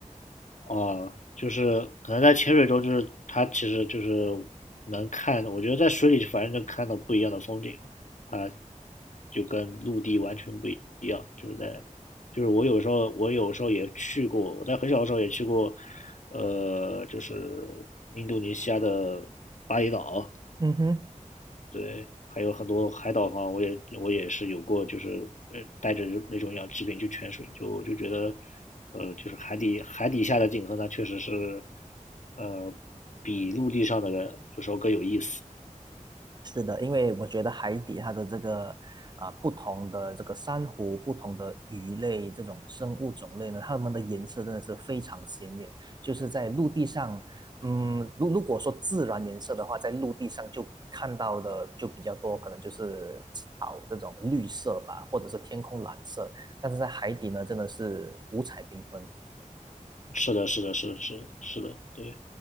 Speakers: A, on the left; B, on the right.
A: 哦，就是可能在潜水中，就是它其实就是能看，我觉得在水里反正能看到不一样的风景嘛，它就跟陆地完全不一样。就是在，就是我有时候我有时候也去过，我在很小的时候也去过，呃，就是印度尼西亚的巴厘岛，
B: 嗯哼。
A: 对，还有很多海岛房，我也我也是有过，就是呃带着那种氧气瓶去潜水，就我就觉得，呃，就是海底海底下的景色呢，确实是，呃，比陆地上的有时候更有意思。
B: 是的，因为我觉得海底它的这个啊、呃不同的这个珊瑚、不同的鱼类这种生物种类呢，它们的颜色真的是非常鲜艳。就是在陆地上，嗯，如如果说自然颜色的话，在陆地上就看到的就比较多，可能就是草这种绿色吧，或者是天空蓝色。但是在海底呢，真的是五彩缤纷。
A: 是的，是的，是的是的是的，对，